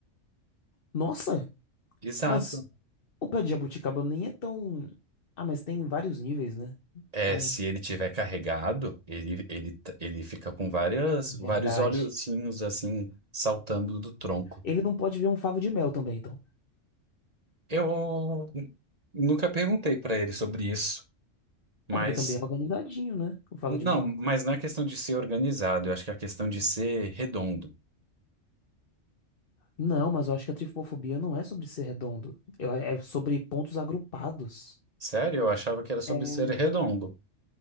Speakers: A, on the left (about 50°); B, on the right (about 35°).
A: Nossa,
B: Exato.
A: mas o pé de jabuticaba nem é tão... Ah, mas tem vários níveis, né?
B: É,
A: Então,
B: se ele tiver carregado, ele, ele, t- ele fica com várias, vários
A: Verdade.
B: olhozinhos assim saltando do tronco.
A: Ele não pode ver um favo de mel também, então.
B: Eu n- nunca perguntei para ele sobre isso, mas
A: É porque também é organizadinho, né? O favo de
B: não,
A: mel.
B: mas não é questão de ser organizado, eu acho que é questão de ser redondo.
A: Não, mas eu acho que a tripofobia não é sobre ser redondo. Eu- É sobre pontos agrupados.
B: Sério? Eu achava que era sobre
A: É.
B: ser redondo.